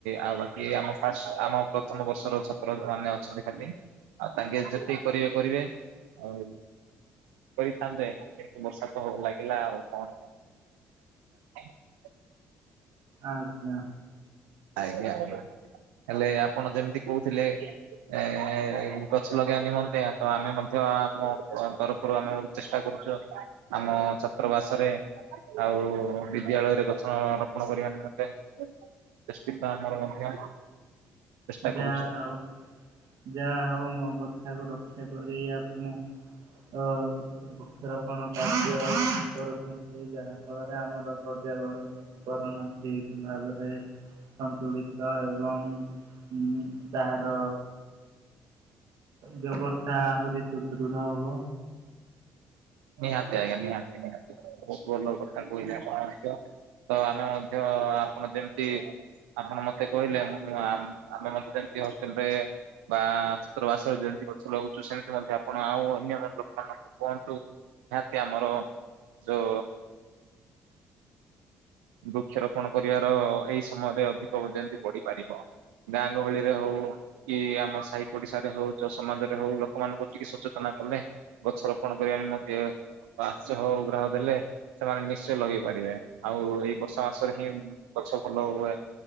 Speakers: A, on the right (about 85°); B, on the right (about 70°).
A: ଆଉ ବାକି ଆମ ଫାଷ୍ଟ ଆମ ପ୍ରଥମ ବର୍ଷର ଛତ୍ର ମାନେ ଅଛନ୍ତି ଖାଲି। ଆଉ ତାଙ୍କେ ଯେତିକି କରିବେ କରିବେ ଆଉ କରିଥାନ୍ତେ କିନ୍ତୁ ବର୍ଷା ତ ହବ ଲାଗିଲା ଆଉ କଣ <unintelligible>
B: ଆଜ୍ଞା।
A: ଆଜ୍ଞା ହେଲେ ଆପଣ ଯେମିତି କହୁଥିଲେ ଏ ଗଛ ଲଗେଇବା ନିମନ୍ତେ ତ ଆମେ ମଧ୍ୟ ଆମ ତରଫରୁ ଆମେ ଚେଷ୍ଟା କରୁଛୁ ଆମ ଛାତ୍ର ବାସରେ ଆଉ ବିଦ୍ୟାଳୟରେ ଗଛ ରୋପଣ କରିବା ନିମନ୍ତେ ଚେଷ୍ଟିତ ଆମର ମଧ୍ୟ। ଚେଷ୍ଟା
B: ଯାହା
A: କରୁଛୁ।
B: ହଉ ଯାହା ହଉ ମୋ କଥାକୁ ରଖ ଖ୍ୟା କରି ଆପଣ ଅ ବୃକ୍ଷରୋପଣ କାର୍ଯ୍ୟ କରୁଛନ୍ତି ଯାହା ଫଳରେ ଆମର ପ ଯା ଗଣ ଗଣନା ଠିକ ଭାବରେ ସନ୍ତୁଳିତ ଏବଂ ହଁ ତାହାର ବ୍ୟବସ୍ଥା ଆହୁରି ସୁଦୃଢ ହବ।
A: ନିହାତି ଆଜ୍ଞା ନିହାତି ନିହାତି ବହୁତ ଭଲ କଥା କହିଲେ ଆପଣ ମଧ୍ୟ। ତ ଆମେ ମଧ୍ୟ ଆପଣ ଯେମିତି ଆପଣ ମତେ କହିଲେ ମୁଁ ଆ ଆମେ ମତେ ଯେମତି ହଷ୍ଟେଲରେ <unintelligible> ଯେମିତି ଗଛ ଲଗଉଚୁ ସେମିତି ମଧ୍ୟ ଆପଣ ଆଉ ଅନ୍ୟ ଲୋକମାନଙ୍କୁ କୁହନ୍ତୁ। ନିହାତି ଆମର ଯୋ ବୃକ୍ଷରୋପଣ କରିବାର ଏଇ ସମୟରେ ଅଧିକ ଯେମିତି ବଢିପାରିବ। ଗାଁ ଗହଳି ରେ ହଉ କି ଆମ ସାହି ଓଡିଶା ରେ ହଉ ଯ ସମାଜ ରେ ହଉ ଲୋକମାନଙ୍କୁ ଟିକେ ସଚେତନ କଲେ, ଗଛ ରୋପଣ କରିବା ରେ ମଧ୍ୟ <unintelligible> ଦେଲେ ସେମାନେ ନିଶ୍ଚୟ ଲଗେଇ ପାରିବେ। ଆଉ <unintelligible> ଗଛ ଭଲ ହୁଏ।